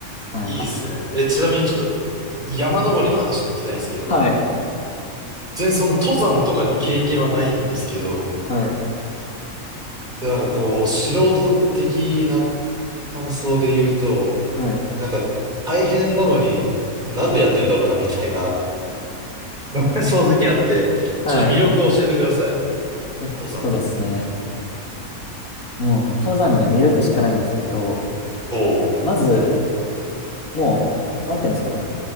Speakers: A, on the left; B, on the right.
A: はい。
B: いいっすね。え、ちなみにちょっと山登りの話聞きたいんですけど、
A: はい。
B: 全然その登山とかの経験はないんですけど、
A: はい。
B: でなんかこう、素人的な感想で言うと、
A: はい。
B: なんか大変なのになんでやってんだろうなみたいな、<laughs> 正直あって、
A: はい。
B: ちょっと魅力を教えてください。
A: えっとですね。
B: 登山の。
A: もう、登山には魅力しかないんですけど、
B: おう。
A: まず、もう、なんていうんですかね。